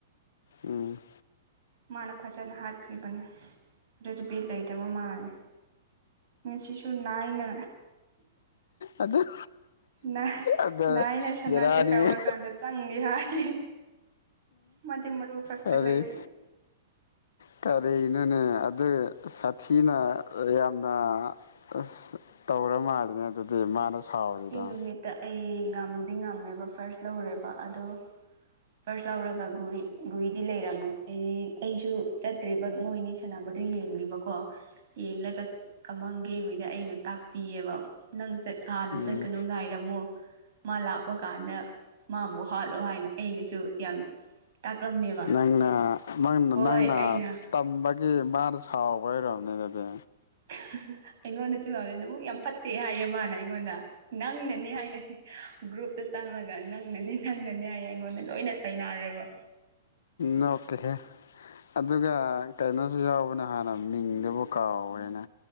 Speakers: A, on the left; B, on the right.
A: ꯎꯝ
B: ꯃꯥꯅ ꯐꯖꯅ ꯍꯥꯠꯈꯤꯕꯅꯦ ꯑꯗꯨꯒꯤ ꯕꯤꯠ ꯂꯩ ꯇꯕ ꯃꯥꯜꯂꯦ ꯁꯤꯁꯨꯨꯔ ꯅꯥꯏꯅ
A: ꯑꯗꯨ
B: ꯅꯥꯏ
A: ꯑꯗ
B: ꯅꯥꯏꯅ ꯁꯅꯥꯁꯦ
A: ꯕꯦꯔꯥꯅꯤ
B: ꯀꯧꯔꯀꯥꯟꯗ ꯆꯪꯒꯦ ꯍꯥꯏꯌꯦ ꯃꯗꯤ ꯃꯔꯨ ꯈꯛꯇ
A: ꯀꯔꯤ
B: ꯂꯩꯌꯦ
A: ꯀꯔꯤꯅꯣꯅꯦ ꯑꯗꯨ ꯁꯥꯊꯤꯅ ꯌꯥꯝꯅ ꯑꯁ ꯇꯥꯄ ꯇꯧꯔ ꯃꯥꯜꯂꯤꯅꯦ ꯑꯗꯨꯗꯤ ꯃꯥꯅ ꯁꯥꯎꯔꯤꯗꯣ
B: ꯁꯤ ꯅꯨꯃꯤꯠꯇ ꯑꯩ ꯉꯝꯃꯗꯤ ꯉꯝꯃꯦꯕ ꯐꯥꯔꯁ ꯂꯧꯔꯦꯕ ꯑꯗꯣ ꯐꯥꯔꯁ ꯂꯧꯔꯒ ꯒꯨ ꯒꯨꯔꯤꯗꯤ ꯂꯩꯔꯝꯃꯦ ꯑꯩ ꯑꯩꯁꯨ ꯆꯠꯇ꯭ꯔꯤꯕ ꯃꯣꯏꯅꯤ ꯁꯥꯟꯅꯕꯗꯨ ꯌꯦꯡꯂꯤꯕꯀꯣ ꯌꯦꯡꯂꯒ ꯀꯃꯪ ꯒꯦꯝꯃꯤꯒ ꯑꯩꯅ ꯇꯥꯛꯄꯤꯑꯦꯕ ꯅꯪ ꯁꯦ ꯍꯥꯟꯅ
A: ꯎꯝ
B: ꯆꯠꯀꯅꯣ ꯉꯥꯏꯔꯝꯃꯣ ꯃꯥ ꯂꯥꯛꯄ ꯀꯥꯟꯗ ꯃꯥꯕꯨ ꯍꯥꯠꯂꯣ ꯍꯥꯏꯅ ꯑꯩꯅꯁꯨ ꯌꯥꯝ ꯇꯥꯛꯂꯝꯃꯦꯕ
A: ꯅꯪꯅ ꯅꯪꯅ
B: ꯍꯣꯏ
A: ꯅꯪꯅ
B: ꯑꯩꯅ
A: ꯇꯝꯕꯒꯤ ꯃꯥꯗꯨ ꯁꯥꯎꯕꯩ ꯑꯣꯏꯔꯝꯅꯤ ꯑꯗꯨꯗꯤ
B: <unintelligible> ꯑꯩꯉꯣꯟꯗꯁꯨ ꯍꯪꯉꯦ ꯅꯕꯨꯛ ꯌꯥꯝ ꯐꯠꯇꯦ ꯍꯥꯏꯌꯦ ꯃꯥꯅ ꯑꯩꯉꯣꯟꯗ ꯅꯪꯅꯅꯤ ꯍꯥꯏꯌꯦ ꯒ꯭ꯔꯨꯞꯇ <unintelligible> ꯅꯪꯅꯅꯤ ꯅꯪꯅꯅꯦ ꯍꯥꯏꯌꯦ ꯑꯩꯉꯣꯟꯗ ꯂꯣꯏꯅ ꯇꯥꯏꯅꯔꯦꯕ
A: ꯅꯣꯛꯀꯦꯍꯦ ꯑꯗꯨꯒ ꯀꯩꯅꯣꯁꯨ ꯌꯥꯎꯕꯅ ꯍꯥꯟꯅ ꯃꯤꯡꯗꯨꯕꯨ ꯀꯥꯎꯋꯦꯅꯦ